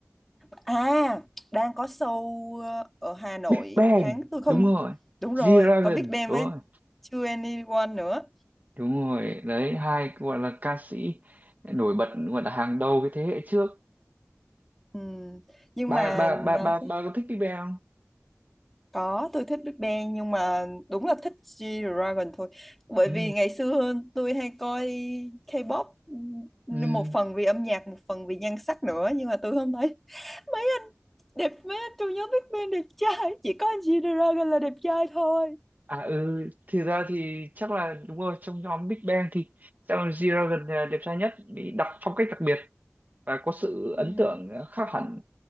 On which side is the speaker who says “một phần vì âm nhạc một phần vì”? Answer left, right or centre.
Centre